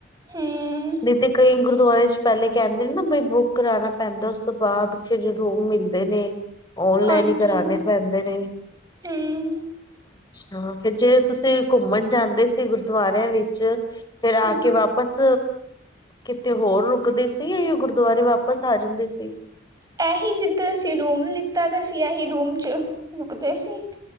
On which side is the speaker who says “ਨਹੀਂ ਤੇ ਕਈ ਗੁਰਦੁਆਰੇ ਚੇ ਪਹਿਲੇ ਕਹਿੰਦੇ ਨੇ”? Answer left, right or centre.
Left